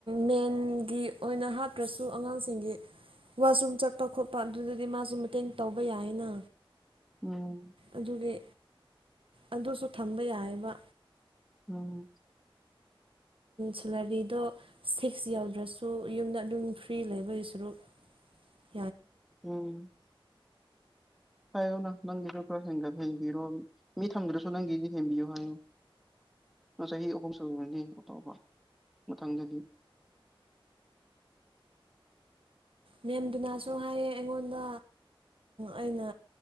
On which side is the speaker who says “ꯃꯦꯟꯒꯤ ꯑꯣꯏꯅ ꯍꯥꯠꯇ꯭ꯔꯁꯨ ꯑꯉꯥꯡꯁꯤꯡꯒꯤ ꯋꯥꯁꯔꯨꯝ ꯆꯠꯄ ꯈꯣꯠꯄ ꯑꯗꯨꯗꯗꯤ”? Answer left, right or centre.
Right